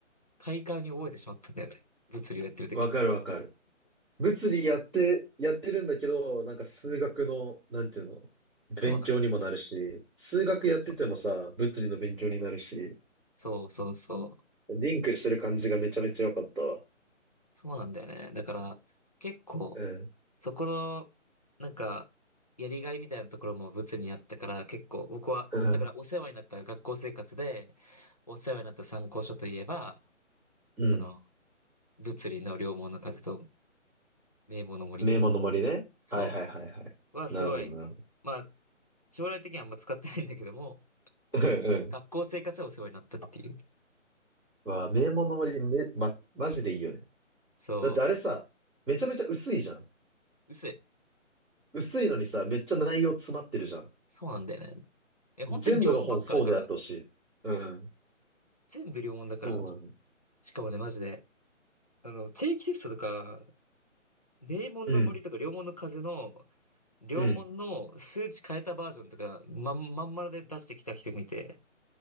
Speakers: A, on the left; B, in the centre.
A: 快感に覚えてしまったんだよね。物理をやってる時
B: わかるわかる。物理やって、やってるんだけど、なんか数学の、なんていうの、勉強にもなるし、
A: そうなの。
B: 数学やっててもさ、
A: そうそう。
B: 物理の勉強になるし、
A: そうそうそう。
B: リンクしてる感じがめちゃめちゃ良かったわ。
A: そうなんだよね。だから、結構、
B: うん。
A: そこの、なんか、やりがいみたいなところも物理にあったから、結構僕は、
B: うん。
A: だからお世話になった学校生活で、お世話になった参考書といえば、
B: うん。
A: その、物理の良門の数と名簿の森、
B: 名門の森ね。
A: そ
B: はいはいはいはい。
A: う、はすごい、
B: なるほどなるほ
A: まあ、将来的にはあんま使ってないんだけども、
B: ど。うんうん。
A: 学校生活でお世話になったっていう。
B: わあ、名門の森め、ま、マジでいいよね。
A: そ
B: だってあれさ、めちゃめちゃ薄いじゃん。
A: う、薄い。
B: 薄いのにさ、めっちゃ内容詰まってるじゃん。
A: そうなんだよね。え、本当に良門ばっかだから、
B: 全部の本そうであってほしい。うん。
A: 全部良門だから、
B: そうなんだね。
A: しかもね、マジで、あの、定期テストとか、名門の森とか、
B: うん。
A: 良門の風の、良門の数値変えたバージョンとか、
B: うん。
A: まん、まん丸で出してきた人見て、